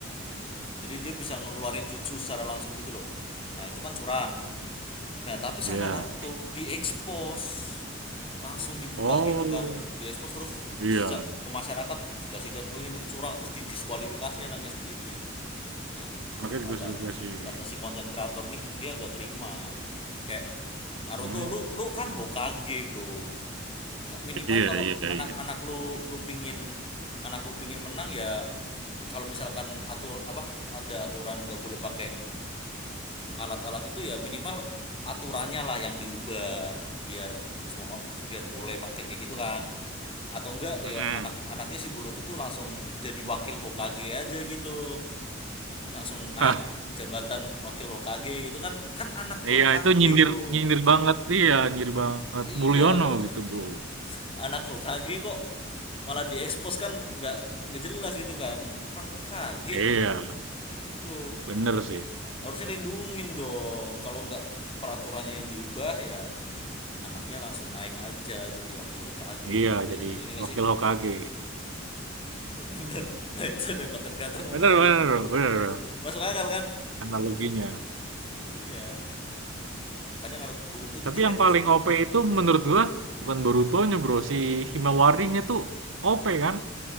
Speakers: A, on the left; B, on the right.
A: Jadi dia bisa ngeluarin jutsu secara langsung gitu loh. Nah itu kan curang. Nah, tapi sama
B: ya
A: Naruto diekspos. Langsung dibuka
B: oh
A: gitu kan. Diekspos terus
B: iya
A: ke masyarakat dikasih lihat oh ini, ini curang terus didiskualifikasi anaknya sendiri. Nah,
B: anaknya dikasih
A: kata kata si konten kreator nih dia nggak terima. Kayak Naruto
B: hmm
A: lu lu kan Hokage, Bro. Minimal
B: iya
A: kalau
B: iya
A: anak-anak
B: iya
A: lu lu pingin anak lu pingin menang ya kalau misalkan atur apa ada aturan nggak boleh pakai alat-alat itu ya minimal aturannya lah yang diubah biar semua biar boleh pakai kayak gitu kan atau enggak
B: Mm-mm.
A: ya anak-anaknya si Boruto tuh langsung jadi wakil Hokage aja gitu langsung
B: <laughs>
A: naik
B: Hah,
A: jabatan wakil Hokage gitu kan kan anak Hokage
B: iya itu nyindir
A: bro
B: nyindir banget iya nyindir banget
A: iya
B: Mulyono
A: lo
B: gitu bro
A: <laughs> anak Hokage kok malah diekspos kan nggak nggak jelas gitu kan orang Hokage
B: iya
A: gitu
B: bener sih
A: harusnya lindungin dong kalau nggak peraturannya yang diubah ya anaknya langsung naik aja jadi wakil HKG
B: iya
A: gitu
B: jadi
A: ya nggak
B: wakil
A: sih
B: Hokage
A: <laughs> bener nah itu ada konten creator
B: <laughs>
A: ngomongnya
B: bener bener
A: gitu
B: bro,
A: bro
B: bener bro.
A: masuk akal kan
B: analoginya
A: iya makanya Naruto Boruto tuh
B: tapi
A: jelek
B: yang paling
A: filmnya
B: OP itu menurut gua bukan Borutonya bro si Himawarinya tuh OP kan